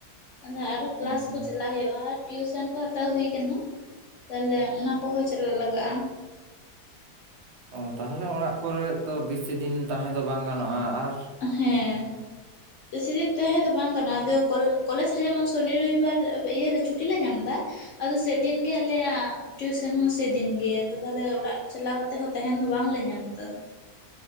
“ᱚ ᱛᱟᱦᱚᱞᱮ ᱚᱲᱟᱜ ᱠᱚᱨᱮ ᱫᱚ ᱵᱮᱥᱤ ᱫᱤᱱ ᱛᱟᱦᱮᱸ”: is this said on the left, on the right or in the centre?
Right